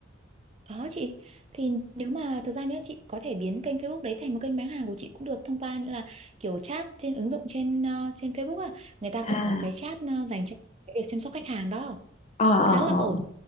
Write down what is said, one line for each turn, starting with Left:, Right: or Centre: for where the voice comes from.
Right: Có chị, thì nếu mà thực ra nhé chị có thể biến kênh Facebook đấy thành một kênh bán hàng của chị cũng được thông qua như là kiểu chat trên ứng dụng trên ờ, trên Facebook à, người ta
Left: À,
Right: cũng có cái chat ờ, dành cho cái việc chăm sóc khách hàng đó,
Left: ờ
Right: khá
Left: ờ
Right: là
Left: ờ.
Right: ổn.